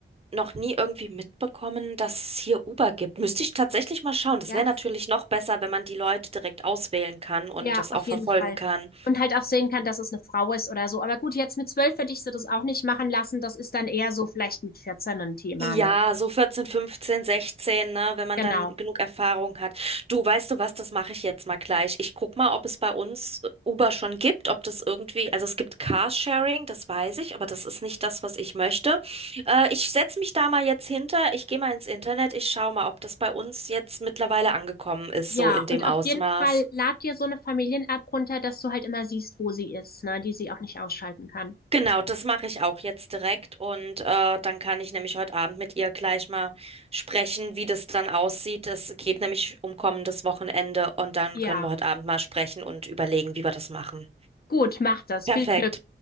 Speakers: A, on the right (about 30°); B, on the left (about 50°).
A: noch nie irgendwie mitbekommen, dass es hier Uber gibt. Müsste ich tatsächlich mal schauen. Das
B: Ja,
A: wäre natürlich noch besser, wenn man die Leute direkt auswählen kann und
B: Ja,
A: das
B: auf
A: auch verfolgen
B: jeden Fall.
A: kann.
B: Und halt auch sehen kann, dass es eine Frau ist oder so. Aber gut, jetzt mit zwölf hätte ich sie das auch nicht machen lassen. Das ist dann eher so vielleicht mit 14 ein Thema,
A: Ja,
B: ne?
A: so 14, 15, 16, ne, wenn man
B: Genau.
A: dann genug Erfahrung hat. Du, weißt du was, das mache ich jetzt mal gleich. Ich guck mal, ob es bei uns äh, Uber schon gibt, ob das irgendwie, also es gibt Carsharing, das weiß ich, aber das ist nicht das, was ich möchte. Äh, ich setze mich da mal jetzt hinter, ich gehe mal ins Internet, ich schaue mal, ob das bei uns jetzt mittlerweile angekommen ist,
B: Ja,
A: so in dem
B: und
A: Ausmaß.
B: auf jeden Fall lad dir so eine Familien-App runter, dass du halt immer siehst, wo sie ist, ne? Die sie auch nicht ausschalten kann.
A: Genau, das mache ich auch jetzt direkt und äh, dann kann ich nämlich heute Abend mit ihr gleich mal sprechen, wie das dann aussieht. Es geht nämlich um kommendes Wochenende und dann
B: Ja,
A: können wir heute Abend mal sprechen und überlegen, wie wir das machen.
B: gut, mach das.
A: Perfekt.
B: Viel Glück.